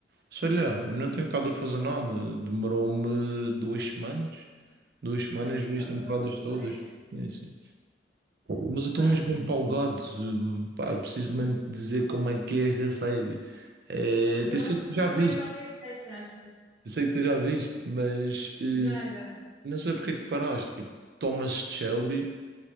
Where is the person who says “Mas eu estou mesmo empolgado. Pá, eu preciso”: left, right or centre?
Right